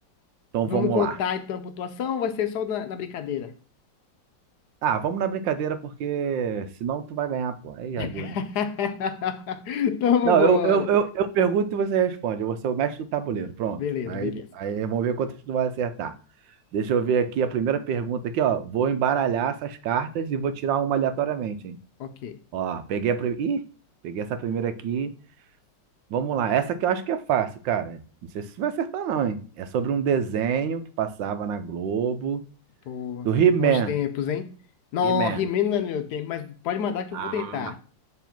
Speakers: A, on the right; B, on the left.
A: Então
B: Vamos
A: vamos
B: contar
A: lá.
B: então a pontuação ou vai ser só na, na brincadeira?
A: Ah, vamos na brincadeira, porque senão tu vai ganhar, pô. Aí já viu,
B: <laughs>
A: né?
B: Então vambora.
A: Não, eu, eu, eu, eu pergunto e você responde. Eu vou ser o mestre do tabuleiro. Pronto.
B: Beleza,
A: Aí,
B: beleza.
A: aí vamos ver quantas tu vai acertar. Deixa eu ver aqui a primeira pergunta aqui, ó. Vou embaralhar essas cartas e vou tirar uma aleatoriamente, hein?
B: Ok.
A: Ó, peguei a primeira. Ih, peguei essa primeira aqui. Vamos lá, essa que eu acho que é fácil, cara. Não sei se você vai acertar, não, hein? É sobre um desenho que passava na Globo
B: Pô,
A: do He-Man.
B: bons tempos, hein? Não,
A: He-Man.
B: He-Man não é no meu tempo, mas pode mandar que
A: Ah,
B: eu vou tentar.